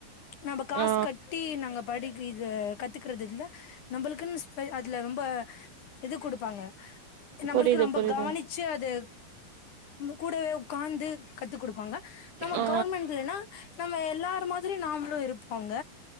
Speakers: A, on the left (about 55°); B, on the right (about 75°).
A: நம்ம காசு
B: ஆ
A: கட்டி நாங்க படிக்கு இது கத்துக்கறதுல நம்மளுக்குன் அதுல ரொம்ப இது குடுப்பாங்க நம்மளுக்கு
B: புரியுது,
A: ரொம்ப
B: புரியுது.
A: கவனிச்சு அது கூடவே உக்காந்து கத்துக் குடுப்பாங்க நம்ம
B: ஆ,
A: கவர்மெண்ட்லனா நம்ம எல்லா இந்த மாதிரி நாம்ளும் இருப்போங்க